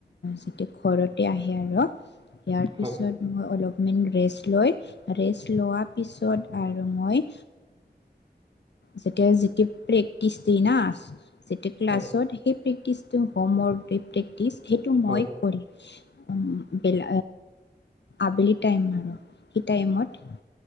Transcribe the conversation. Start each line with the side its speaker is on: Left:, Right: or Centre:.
Left: যেতিয়া ঘৰতে আহে আৰু ইয়াৰ পিছত
Right: হয়
Left: মই অলপ মই ৰেষ্ট লৈ ৰেষ্ট লোৱাৰ পিছত আৰু মই যেতিয়া যেতিয়া প্ৰেক্টিচ দি না যেতিয়া ক্লাছত
Right: হয়
Left: সেই প্ৰেক্টিচ ট হোম ৱৰ্ক প্ৰেক্টিচ সেইটো মই
Right: হয়
Left: কৰিম। আবেলি টাইম আৰু সেই টাইমত